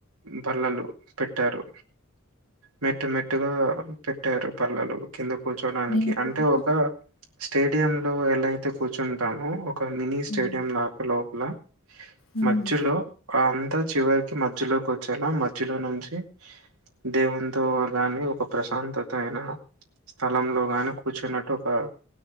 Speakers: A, on the right; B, on the left.
A: బల్లలు పెట్టారు మెట్టు మెట్టుగా పెట్టారు పళ్లలు కింద కూర్చోడానికి
B: నేనెప్పుడన్నా
A: అంటే ఒక స్టేడియం లో ఎలయితే కూర్చుంటామో ఒక మినీ స్టేడియం
B: హ్మ్.
A: లాప లోపల
B: హ్మ్.
A: మధ్యలో ఆ అంతా చివరికి మధ్యలోకి వచ్చేలా మధ్యలో నుంచి దేవుంతో గానీ ఒక ప్రశాంతత అయిన స్థలంలో గాని కూర్చున్నట్టు ఒక